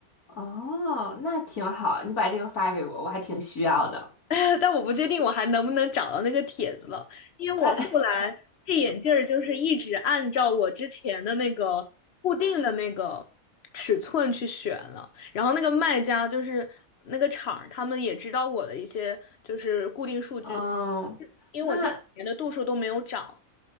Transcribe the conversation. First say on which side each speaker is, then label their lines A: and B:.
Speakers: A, on the left; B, on the left.
A: 哦，那挺好，你把这个发给我，我还挺需要的。
B: <laughs> 但我不确定我还能不能找到那个帖子了，因为我后来配眼镜儿就是一直按照我之前的那个固定的那个尺寸去选了，
A: 那
B: 然后那个卖家就是那个厂儿他们也知道我的一些就是固定数据，
A: <laughs> 嗯，
B: 因为我近几年的度数都没有涨。
A: 那